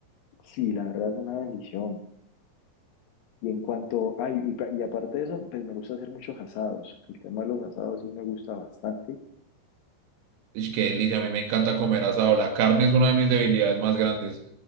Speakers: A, on the left; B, on the right.
A: sí, la verdad es una bendición. Y en cuanto, ay, y, pa- y aparte de eso, pues me gusta hacer muchos asados. El tema de los asados sí me gusta bastante.
B: Es que delicia, a mí me encanta comer asado. La carne es una de mis debilidades más grandes.